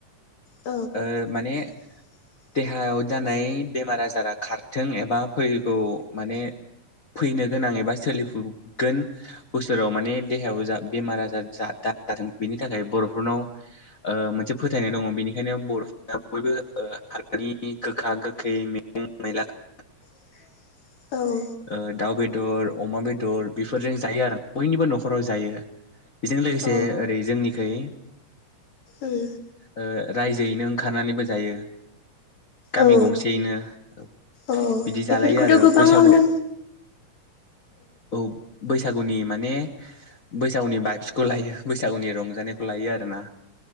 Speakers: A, on the left; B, on the left.
A: औ
B: ओ माने
A: <unintelligible>
B: देहायाव जानाय बेमार आजारा खारथों एबा फैगौ माने फैनो गोनां एबा सोलिफुगोन बोसोराव माने देहायाव जा बेमार आजार जा दा जाथों बेनि थाखाय बर'फोरनाव ओ मोनसे फोथायनाय दङ बेनि खायनो बर'फोरा बयबो ओ <unintelligible> गोखा गोखै मैगं मैला <unintelligible>
A: <unintelligible> औ
B: ओ दाउ बेदर अमा बेदर बेफोरजों जायो आरो बयनिबो न'खराव जायो। बेजों लोगोसे
A: औ अ
B: ओरै जोंनिखै
A: ओम
B: ओ रायजोयैनो ओंखारनानैबो जायो। गामि
A: औ
B: गंसेयैनो औ
A: औ अ
B: बिदि
A: बेफोरखौथ'
B: जालायो आरो
A: गोबाङावनो
B: बैसागु औ बैस सागुनि माने बैसागुनि बाइफ्सखौ लायो बैसागुनि रंजानायखौ लायो आरो ना